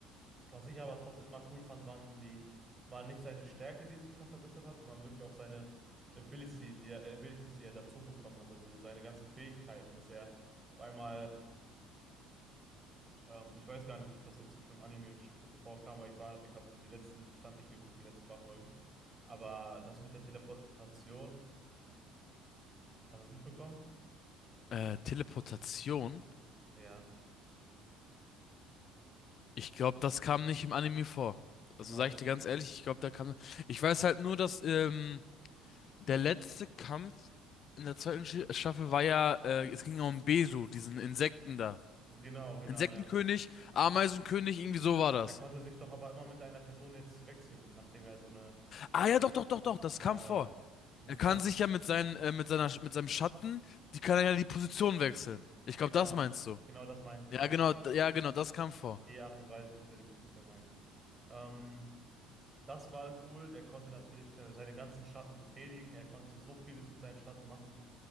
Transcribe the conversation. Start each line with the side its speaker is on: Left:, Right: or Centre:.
Right: was ich aber trotzdem immer cool fand, waren die, war nicht seine Stärke, die sich immer verbessert hat, sondern wirklich auch seine Ability, die er, Abilities, die er dazu bekommen hat, also seine ganzen Fähigkeiten, dass er auf einmal, ähm, ich weiß gar nicht, ob das jetzt schon im Anime sch- vorkam, weil ich war, ich habe den letzten Stand nicht geguckt, die letzten paar Folgen, aber das mit der Teleportation, hast du das mitbekommen?
Left: Äh, Teleportation?
Right: Ja,
Left: Ich glaube, das kam nicht im Anime vor.
Right: Na,
Left: Also sage
Right: okay.
Left: ich dir ganz ehrlich, ich glaube, da kam. Ich weiß halt nur, dass ähm, der letzte Kampf in der zweiten Sch- Staffel war ja, äh, es ging ja um Besu, diesen Insekten da.
Right: Genau, genau,
Left: Insektenkönig,
Right: ja.
Left: Ameisenkönig, irgendwie so war das.
Right: Er konnte sich doch aber immer mit einer Person jetzt wechseln, nachdem er so eine.
Left: Ah ja, doch, doch, doch, doch, das
Right: Genau,
Left: kam vor.
Right: ja. Na
Left: Er
Right: klar.
Left: kann sich ja mit seinen, äh, mit seiner, mit seinem Schatten, die kann er ja die Position wechseln. Ich
Right: Genau.
Left: glaube, das meinst du.
Right: Genau das meinte ich,
Left: Ja,
Right: ja.
Left: genau, d- ja, genau, das kam vor.
Right: Die Art und Weise von Teleportation meinte ich. Ähm, das war cool. Der konnte natürlich seine ganzen Schatten befehligen. Er konnte so vieles mit seinen Schatten machen,